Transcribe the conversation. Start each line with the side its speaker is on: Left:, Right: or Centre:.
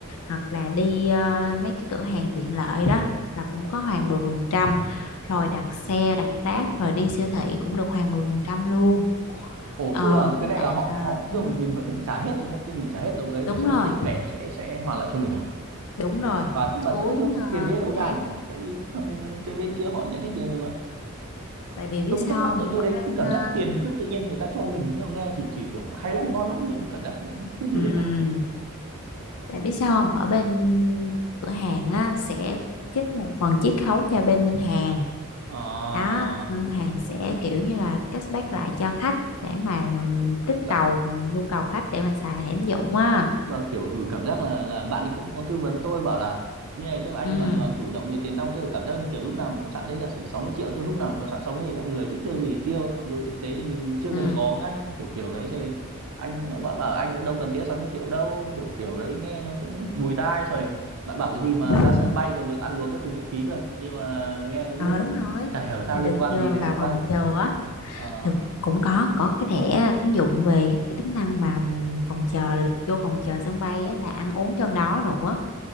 Left: hoặc là đi à, mấy cái cửa hàng tiện lợi đó là cũng có hoàn 10% rồi đặt xe đặt Grab rồi đi siêu thị cũng được hoàn 10% luôn
Right: Ồ,
Left: ờ
Right: tức là cái
Left: với
Right: này
Left: lại
Right: là họ
Left: là
Right: họ
Left: ừ,
Right: tức là mình vẫn phải trả hết đúng không? Tức là mình trả hết đồng đấy rồi
Left: đúng
Right: sau
Left: rồi
Right: đấy thì thẻ nó sẽ sẽ hoàn lại cho mình à
Left: đúng rồi
Right: và tức là
Left: cuối
Right: tất nhiên cái tiền
Left: ờ,
Right: đấy ở đâu
Left: cuối
Right: ra
Left: tháng
Right: nhỉ tại vì thằng cái bên kia họ nhận hết tiền rồi mà
Left: tại vì biết
Right: tôi cứ thắc
Left: sao
Right: mắc
Left: không
Right: tụi tôi
Left: ở
Right: đấy
Left: bên
Right: cứ cảm
Left: ờ,
Right: giác tiền nó cứ tự nhiên người ta cho mình nhưng mà nghe thì thì kiểu hay lắm ngon lắm nhưng cảm giác cũng cứ như
Left: ừm,
Right: lừa đảo ấy
Left: tại biết sao không ở bên cửa hàng á, sẽ trích một phần chiết khấu cho bên ngân hàng
Right: à,
Left: đó ngân hàng sẽ kiểu như là cashback lại cho khách để mà ừm, kích
Right: lại
Left: cầu nhu cầu khách để mà xài hẻm dụng á
Right: tức là kiểu ừ cảm giác là là bạn ấy cũng có tư vấn tôi bảo là như này tức là anh
Left: ừ
Right: hoàn toàn chủ động về tiền nong tức là cảm giác như kiểu lúc nào mình cũng sẵn đấy giả sử 60 triệu tức là lúc nào mình cũng sẵn 60 triệu người thích tiêu gì tiêu ấy. mặc dù thực tế thì mình chưa
Left: ừ
Right: cần có ngay kiểu kiểu đấy rồi anh em bạn bảo anh cũng đâu cần tiêu 60 triệu đâu kiểu kiểu đấy nghe nó cũng bùi tai rồi bạn bảo cái gì mà
Left: <laughs>
Right: ra sân bay còn được ăn uống các thứ miễn phí cơ nhưng mà nghe nó
Left: ờ
Right: cứ
Left: đúng rồi
Right: chả hiểu sao
Left: là
Right: liên
Left: được
Right: quan gì
Left: ờ,
Right: đến
Left: vào
Right: sân
Left: phòng
Right: bay
Left: chờ á
Right: Ờ,
Left: Thực cũng có có cái thẻ tín dụng về cái tính năng mà ừm, phòng chờ được vô phòng chờ sân bay á, là ăn uống trong đó nữa